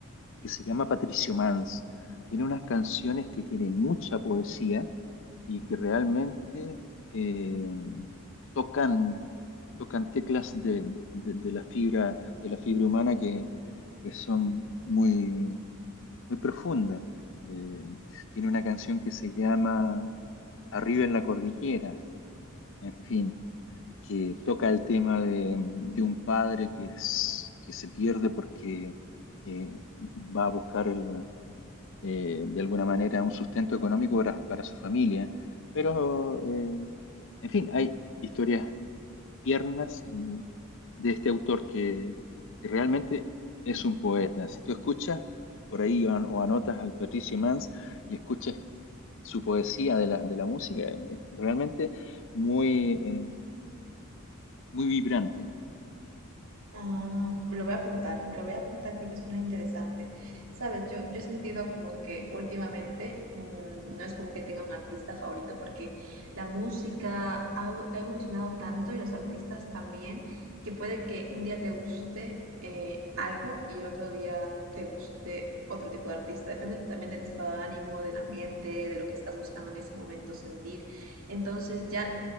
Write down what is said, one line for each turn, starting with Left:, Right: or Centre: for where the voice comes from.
Left: que se llama Patricio Mans. Tiene unas canciones que tienen mucha poesía y que realmente eh, tocan, tocan teclas de, de- de la fibra, de la fibra humana que, que son muy, muy profundas. Eh, tiene una canción que se llama Arriba en la cordillera, en fin, que toca el tema de, de un padre que, es- que se pierde porque eh, va a buscar el, eh, de alguna manera un sustento económico para, para su familia. Pero, eh, en fin, hay historias tiernas y de este autor que, que realmente es un poeta. Si tú escuchas por ahí o, an- o anotas al Patricio Mans y escuchas su poesía de la, de la música, eh, es realmente muy, eh, muy vibrante.
Right: Ah, me lo voy a apuntar, me lo voy a apuntar porque suena interesante. Sabes, yo, yo he sentido como que últimamente mm, no es como que tenga un artista favorito porque la música ha, evo- ha evolucionado tanto y los artistas también, que puede que un día te guste eh, algo y el otro día te guste otro tipo de artista. Depende también del estado de ánimo, del ambiente, de lo que estás buscando en ese momento sentir. Entonces ya